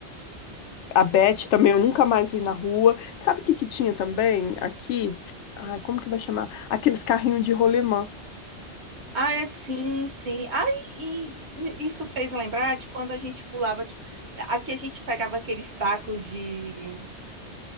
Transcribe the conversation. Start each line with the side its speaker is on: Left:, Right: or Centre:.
Left: A Beth também eu nunca mais vi na rua. Sabe o que que tinha também aqui? Ai, como que vai chamar? Aqueles carrinhos de rolemã.
Right: Ah, é sim, sim. Ah, e, e isso fez lembrar de quando a gente pulava, tipo, aqui a gente pegava aqueles sacos de,